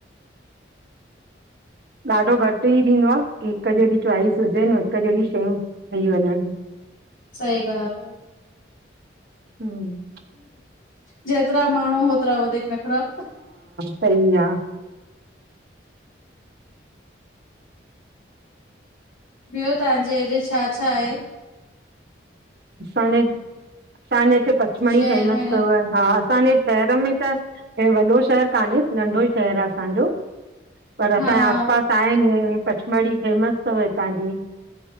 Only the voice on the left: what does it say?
सई ॻाल आ।
जेतिरा माण्हू होतिरा वधीक नखरा
ॿियो तव्हांजे हेॾे छा छा आहे?
शहर
में
हा
हा